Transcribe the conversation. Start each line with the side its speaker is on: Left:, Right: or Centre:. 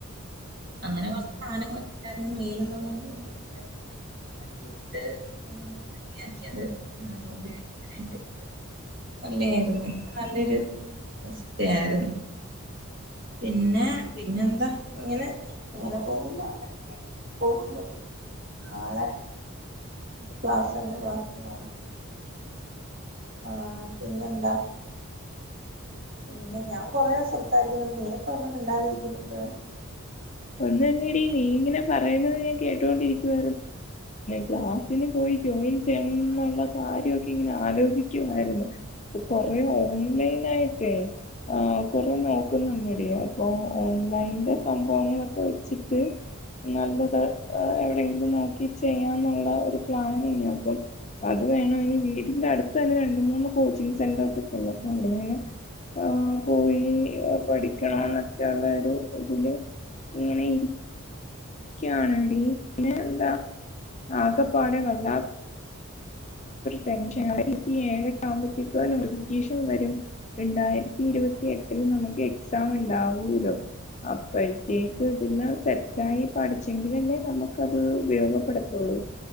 Right: അങ്ങനെ കൊറച്ച് സാധനങ്ങളൊക്കെ ഉണ്ടായിരുന്നു മെയിലുള്ളത് കൊണ്ട് പിന്നെ അതൊക്കെ ആക്കട്ട് നമ്മൾ കംഗിയാക്കിയത് ഉപയോഗിക്കാനായിട്ട് നല്ലായിരുന്നു ഇ നല്ലൊരു അവസ്ഥയായിരുന്നു പിന്നെ പിന്നെ എന്താ ഇങ്ങനെ ഇങ്ങനെ പോകുന്നു അങ്ങന പോകുന്നു നാളെ ക്ലാസ്സ് രണ്ട് ക്ലാസ്സി മണ് ആഹ പിന്നെ എന്താ എന്താ
Left: ഞങ്ങടെ
Right: ഞാൻ കൊറെേ സംസാരിക്കുന്നുണ്ട് നീക്ക ഒന്നും ഇണ്ടാതിരിക്കുന്നത്
Left: അ നീ ഇങ്ങനെ പറയുന്നത് ഞാൻ കേട്ടൊണ്ടിരിക്കുവ ക്ലാസിന് പോയിോയി ചെന്നുള്ള കാര്യമൊക്കെ ഇങ്ങനെ ആലോചിക്കുമായിരുന്നു ഇപ്പൊ കൊറ ഓൺലൈൻ ആയിട്ടേ ആ് കൊറെ നോക്കുന്നുണ്ട്ട അപ്പൊ ഓൺലൈൻന്റെ ങ്ങളൊക്കെ വെച്ചിട്ട് നല്ലത് എവിടെയെങ്കിലും നോക്കി ചെയ്യാന്നുള്ള ഒരു പ്ലാൻ ഇനി അപ്പം അത് വേണം ഇനി വീടിന്റെ അടുത്ത തന്നെ രണ്ട മൂന്ന് കോച്ചിങ്ങ് സെന്റേർസ് ഒക്കെ ഉള്ളൂ അപ്പൊ അവിടെ ഇങ്ങനെ ആ പോയി പഠിക്കണം എന്നൊക്കെള്ള ഒരു ഇതില് ഇങ്ങനെ മുക്കണടി ന്ത ആകപാടെേ
Right: മിണ്ടാതിരിക്കുന്നത്
Left: വല്ലാ ടെൻഷ ആയിരത്തി ഏഴ് താമ്പത്കഗീഷൻ വരും രണ്ടായി ആായിരത്തി ഇരുപത്തി എട്ടിൽ നമുക്ക് എക്സാം ഉണ്ടാവൂല്ലോ അപ്പോഴത്തേക്ക് ഇതെല്ലാം സെറ്റായി പാഠിച്ചെങ്കിലന്നെ നമുക്ക്ത് ഉപയോഗപ്പെടുത്തുള്ളൂ